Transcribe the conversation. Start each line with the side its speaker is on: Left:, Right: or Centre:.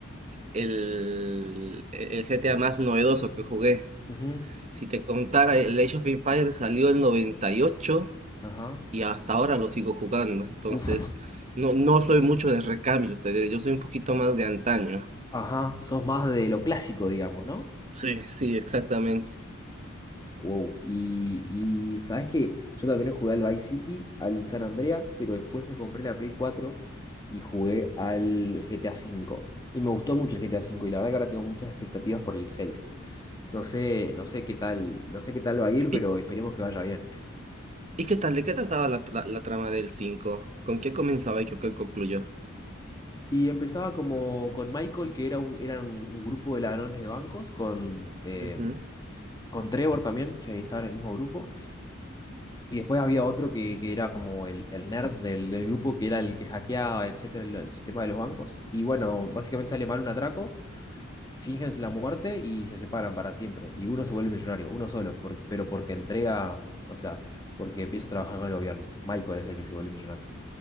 Right: el, el GTA más novedoso que jugué.
Left: Ujú,
Right: Si te contara, el Age of Empires salió en 98 y ocho
Left: Ajá.
Right: y hasta ahora lo sigo jugando. Entonces,
Left: Uf.
Right: no, no soy mucho de recambios, te diré, yo soy un poquito más de antaño.
Left: Ajá, sos más de lo clásico, digamos, ¿no?
Right: Sí, sí, exactamente.
Left: Wow. Y, y sabes que yo también jugué al Vice City, al San Andreas, pero después me compré la Play 4 y jugué al GTA V. Y me gustó mucho el GTA V y la verdad que ahora tengo muchas expectativas por el 6. No sé, no sé qué tal, no sé qué tal va a ir,
Right: ¿Y,
Left: pero esperemos que vaya bien.
Right: y qué tal? ¿De qué trataba la, tra- la trama del 5? ¿Con qué comenzaba y qué qué concluyó?
Left: Y empezaba como con Michael, que era un, eran un grupo de ladrones de bancos, con, eh,
Right: Ujú,
Left: con Trevor también, que ahí estaba en el mismo grupo. Y después había otro que, que era como el, el nerd del, del grupo, que era el que hackeaba, etcétera, el, el sistema de los bancos. Y bueno, básicamente sale mal un atraco, fingen la muerte y se separan para siempre. Y uno se vuelve millonario, uno solo, por- pero porque entrega, o sea, porque empieza a trabajar con el gobierno. Michael es el que se vuelve millonario.